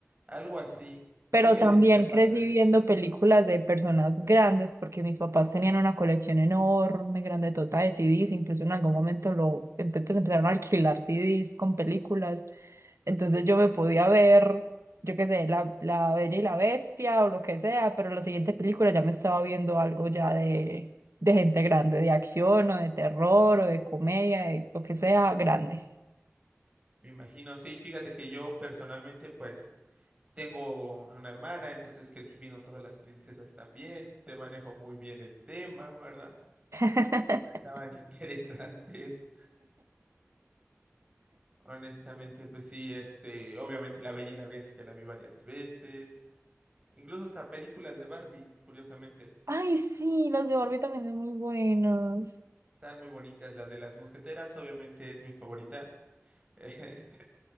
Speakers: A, on the right; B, on the right.
A: Algo así.
B: Pero
A: Sí, de,
B: también
A: de parte
B: crecí
A: de Disney.
B: viendo películas de personas grandes porque mis papás tenían una colección enorme, grande, total de CDs. Incluso en algún momento lo empe- pues empezaron a alquilar CDs con películas. Entonces yo me podía ver, yo qué sé, la, la Bella y la Bestia o lo que sea, pero la siguiente película ya me estaba viendo algo ya de, de gente grande, de acción o de terror o de comedia, de lo que sea, grande.
A: Me imagino. Sí, fíjate que yo personalmente, pues, tengo una hermana, entonces crecí viendo todas las princesas también. Te manejo muy bien el tema, ¿verdad?
B: <laughs>
A: Estaban <laughs> interesantes. Honestamente, pues sí, este, obviamente La Bella y la Bestia la vi varias veces. Incluso hasta películas de Barbie, curiosamente.
B: Ay, sí, las de Barbie también son muy buenas.
A: Están muy bonitas. La de las mosqueteras, obviamente, es mi favorita. <laughs> este,